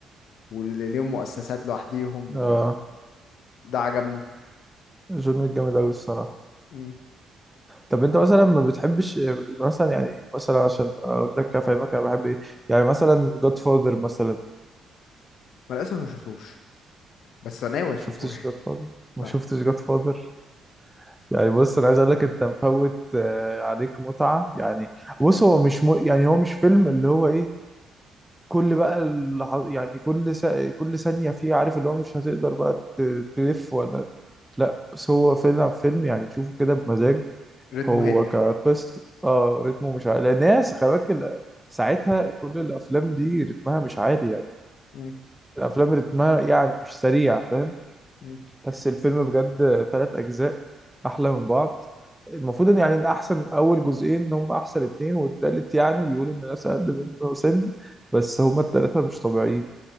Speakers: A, on the left (about 65°); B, in the centre.
A: واللي ليهم مؤسسات لوحديهم وده
B: اه
A: عجبني
B: جون ويك جامد قوي الصراحه
A: امم
B: طب انت مثلا ما بتحبش مثلا يعني مثلا عشان اقول لك افهمك انا بحب ايه يعني مثلا جاد فاذر مثلا ما
A: للأسف ما شفتوش بس أنا ناوي أشوفه
B: شفتش
A: يعني
B: جاد فاذر
A: <laughs>
B: ما
A: لا
B: شفتش جاد فاذر يعني بص انا عايز اقول لك انت مفوت آه، عليك متعه يعني بص هو مش م... يعني هو مش فيلم اللي هو ايه كل بقى اللح... يعني كل س... كل ثانيه فيه عارف اللي هو مش هتقدر بقى ت- تلف ولا لا بس هو فيلم فيلم يعني تشوفه كده بمزاج
A: رتمه
B: هو
A: هادي يعني
B: كقصه اه رتمه مش عالي لأن ناس خلي بالك ال- ساعتها كل الافلام دي رتمها مش عالي يعني
A: امم
B: الافلام رتمها يعني مش سريع فاهم
A: امم
B: بس الفيلم بجد ثلاث اجزاء احلى من بعض المفروض ان يعني ان احسن اول جزئين هم احسن اتنين والتالت يعني بيقولوا ان الناس اقل منه سن بس هم التلاتة مش طبيعيين